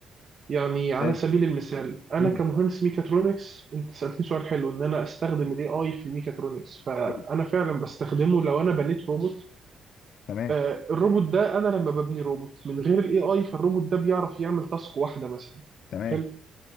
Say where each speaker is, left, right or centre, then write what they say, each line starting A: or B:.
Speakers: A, on the right; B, on the left.
A: يعني على
B: ازاي
A: سبيل المثال أنا
B: امم
A: كمهندس ميكاترونكس أنت سألتني سؤال حلو إن أنا أستخدم ال AI في الميكاترونكس فأنا
B: أيوة
A: فعلا بستخدمه لو أنا بنيت روبوت
B: تمام
A: آه، الروبوت ده انا لما ببني روبوت من غير الاي اي فالروبوت ده بيعرف يعمل تاسك واحده مثلا
B: تمام
A: حلو